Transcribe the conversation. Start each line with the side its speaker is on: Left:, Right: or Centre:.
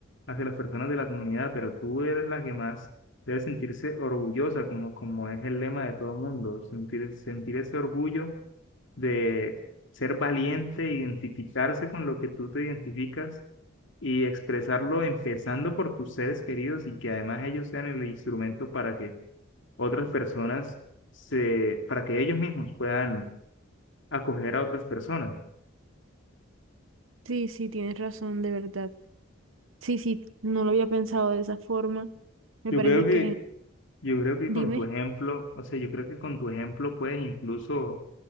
Left: hacia las personas de la comunidad, pero tú eres la que más debe sentirse orgullosa, como, como es el lema de todo mundo, sentir, sentir ese orgullo de ser valiente, identificarse con lo que tú te identificas y expresarlo empezando por tus seres queridos y que además ellos sean el instrumento para que otras personas se, para que ellos mismos puedan acoger a otras personas.
Right: Sí, sí, tienes razón, de verdad. Sí, sí, no lo había pensado de esa forma. Me
Left: Yo
Right: parece
Left: creo que,
Right: que,
Left: yo creo que
Right: dime,
Left: con tu ejemplo, o sea, yo creo que con tu ejemplo puedes incluso